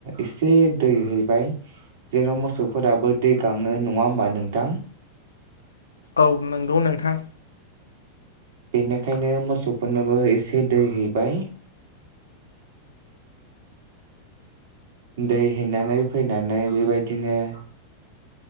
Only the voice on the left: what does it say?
औ नंगौ नोंथां